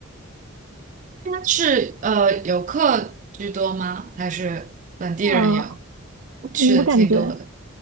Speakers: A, on the right; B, on the right.
A: 是呃游客居多吗？还是本地人也有？
B: 呃，
A: 我去的挺多的。
B: 我感觉。